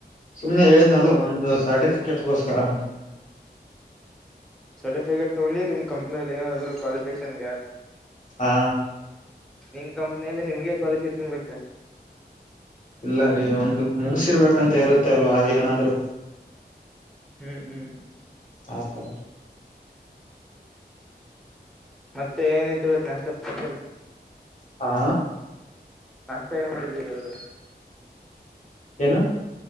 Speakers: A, on the left; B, in the centre.
A: ಸುಮ್ನೆ ಹೇಳಿದ್ನಲ್ ಒಂದು ಸರ್ಟಿಫಿಕೇಟ್ಗೋಸ್ಕರ ಅಂತ
B: ಸರ್ಟಿಫಿಕೇಟ್ ತೊಗೊಂಡಿ ನಿಮ್ ಕಂಪ್ನಿಲ್ಲಿ ಏನಾದ್ರು ಕ್ವಾಲಿಫಿಕೇಶನ್ಗ
A: ಹಾ
B: ನಿಮ್ ಕಂಪನಿಯಲ್ಲಿ ನಿಮ್ಗೆ ಕ್ವಾಲಿಫಿಕೇಶನ್ ಬೇಕ
A: ಇಲ್ಲ ರೀ ಒಂದು ಮುಗಸಿರ್ಬೇಕಂತ ಇರುತ್ತೆ ಅಲ್ವಾ ಏನಾದ್ರು
B: ಹ್ಮ್ ಹ್ಮ
A: ಹಾತರ
B: ಮತ್ತೆ ಏನಾಯ್ತು <unintelligible> ಬತ್ ನ ಅಷ್ಟ ಸ್ಪೆಷಲ್
A: ಹಾ
B: ನಾಷ್ಟ ಏನ್ ಮಾಡಿದ್ದೀಗ <inaudible>
A: ಏನು